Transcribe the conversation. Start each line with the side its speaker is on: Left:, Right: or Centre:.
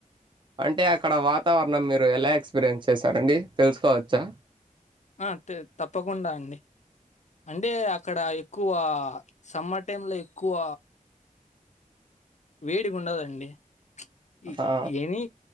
Right: అంటే అక్కడ వాతావరణం మీరు ఎలా ఎక్స్పీరియన్స్ చేశారండి తెలుసుకోవచ్చా
Left: ఆ తే తప్పకుండా అండి అంటే అక్కడ ఎక్కువ సమ్మర్ టైమ్ లో ఎక్కువ వేడిగా ఉన్నదండి ఈ
Right: ఆ!
Left: ఏమి